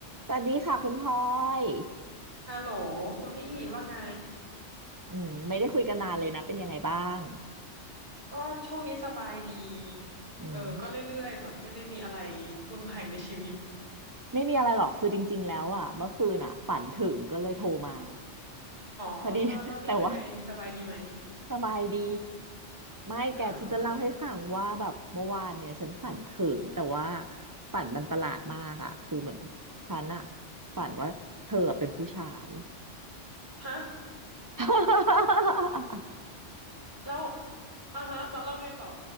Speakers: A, on the right; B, on the right.
A: สวัสดีค่ะคุณพลอย
B: ฮัลโหลคุณลี่ว่าไง
A: อืมไม่ได้คุยกันนานเลยนะเป็นยังไงบ้าง
B: ก็ช่วงนี้สบายดี
A: อืม
B: เออก็เรื่อยๆแบบไม่ได้มีอะไรวุ่นวายในชีวิต
A: ไม่มีอะไรหรอกคือจริงๆแล้วอ่ะเมื่อคืนอ่ะฝันถึงก็เลยโทรมา
B: อ๋อเออแล้วลี่เป็นไงสบายดีไหม
A: พอดี <laughs> แต่ว่าสบายดีไม่แกฉันจะเล่าให้ฟังว่าแบบเมื่อวานเนี่ยฉันฝันถึงแต่ว่า
B: อ่าโอเค
A: ฝันมันประหลาดมากอ่ะคือเหมือนฉันอ่ะฝันว่าเธอเป็นผู้ชาย
B: ฮะ <laughs>
A: <laughs>
B: แล้วอ่าฮะแล้วแล้วไงต่อ